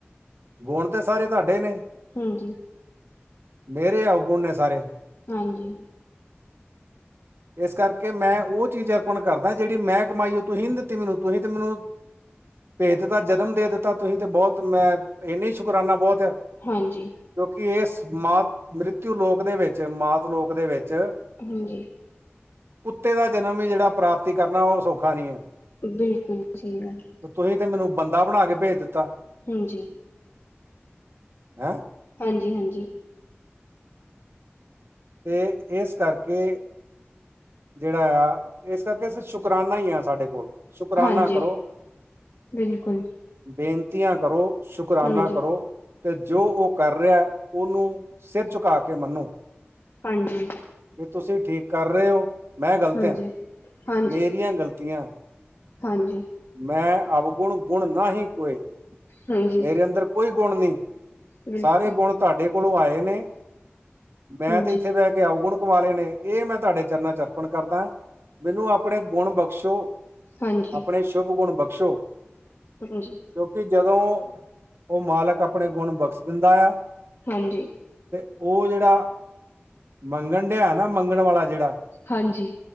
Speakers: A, on the right; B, on the left.
A: ਗੁਣ ਤੇ ਸਾਰੇ ਤੁਹਾਡੇ ਨੇ।
B: ਹਾਂਜੀ।
A: ਮੇਰੇ ਅਗੁਨ ਨੇ ਸਾਰੇ।
B: ਹਾਂਜੀ।
A: ਇਸ ਕਰਕੇ ਮੈਂ ਉਹ ਚੀਜ਼ ਅਰਪਣ ਕਰਦਾ, ਜਿਹੜੀ ਮੈਂ ਕਮਾਈ। ਉਹ ਤੁਹੀ ਨਹੀ ਦਿੱਤੀ ਮੈਨੂੰ ਤੁਹੀਂ ਤੇ ਮੈਨੂੰ। ਭੇਦ ਦਾ ਜਨਮ ਦੇ ਦਿੱਤਾ ਤੁਹੀਂ, ਤੇ ਬਹੁਤ ਮੈਂ ਇੰਨਾ ਹੀ ਸ਼ੁਕਰਾਨਾ ਬਹੁਤ ਆ।
B: ਹਾਂਜੀ।
A: ਕਿਉਂਕਿ ਇਸ ਮਾਤ ਮ੍ਰਿਤੂ ਲੋਕ ਦੇ ਵਿੱਚ, ਮਾਤ ਲੋਕ ਦੇ ਵਿੱਚ।
B: ਹਾਂਜੀ।
A: ਕੁੱਤੇ ਦਾ ਜਨਮ ਹੈ, ਜਿਹੜਾ ਪ੍ਰਾਪਤੀ ਕਰਨਾ, ਉਹ ਸੌਖਾ ਨਹੀਂ ਹੈ।
B: ਬਿਲਕੁਲ, ਸਚੀ ਗੱਲ ਐ।
A: ਤੁਹੀ ਤੇ, ਮੈਨੂੰ ਬੰਦਾ, ਬਣਾ ਕੇ ਭੇਜ ਦਿੱਤਾ।
B: ਹਾਂਜੀ।
A: ਹੈਂ।
B: ਹਾਂਜੀ ਹਾਂਜੀ।
A: ਅਤੇ, ਇਸ ਕਰਕੇ,। ਜਿਹੜਾ ਆ, ਇਸ ਕਰਕੇ ਸ਼ੁਕਰਾਨਾ ਹੀ ਆ ਸਾਡੇ ਕੋਲ। ਸ਼ੁਕਰਾਨਾ
B: ਹਾਂਜੀ
A: ਕਰੋ,
B: ਬਿਲਕੁਲ
A: ਬੇਨਤੀਆਂ ਕਰੋ। ਸ਼ੁਕਰਾਨਾ
B: ਹਾਂਜੀ
A: ਕਰੋ, ਤੇ ਜੋ ਉਹ ਕਰ ਰਿਹਾ, ਉਹਨੂੰ ਸਿਰ ਝੁਕਾ ਕੇ ਮੰਨੋ।
B: ਹਾਂਜੀ।
A: ਵੀ, ਤੁਸੀਂ ਠੀਕ ਕਰ ਰਹੇ ਹੋ। ਮੈਂ, ਗਲਤ
B: ਹਾਂਜੀ
A: ਆਂ,
B: ਹਾਂਜੀ
A: ਮੇਰੀਆਂ ਗਲਤੀਆਂ।
B: ਹਾਂਜੀ
A: ਮੈਂ, ਅਵਗੁਣ, ਗੁਣ ਨਾਹੀਂ ਕੋਏ।
B: ਹਾਂਜੀ
A: ਮੇਰੇ ਅੰਦਰ, ਕੋਈ ਗੁਣ ਨਹੀਂ।
B: ਬਿਲਕੁਲ
A: ਸਾਰੇ ਗੁਣ, ਤੁਹਾਡੇ ਕੋਲੋਂ ਆਏ ਨੇ। ਮੈਂ
B: ਹਾਂਜੀ
A: ਤਾਂ, ਇੱਥੇ ਬਹਿ ਕੇ ਅਵਗੁਣ। ਕਮਾਲੇ ਨੇ, ਇਹ ਮੈਂ, ਤੁਹਾਡੇ ਚਰਨਾਂ ਚ, ਅਰਪਣ ਕਰਦਾ ਹਾਂ। ਮੈਨੂੰ ਆਪਣੇ ਗੁਣ ਬਖ਼ਸ਼ੋ।
B: ਹਾਂਜੀ
A: ਆਪਣੇ, ਸ਼ੁਭ ਗੁਣ ਬਖ਼ਸ਼ੋ।
B: ਹੈਲੋ ਜੀ।
A: ਕਿਉਂਕਿ, ਜਦੋਂ ਉਹ ਮਾਲਕ, ਆਪਣੇ ਗੁਣ ਬਖ਼ਸ਼ ਦਿੰਦਾ ਹੈ।
B: ਹਾਂਜੀ।
A: ਤੇ ਉਹ, ਜਿਹੜਾ ਮੰਗਣ ਡਿਆ ਹੈ ਨਾ, ਮੰਗਣ ਵਾਲਾ ਜਿਹੜਾ।
B: ਹਾਂਜੀ।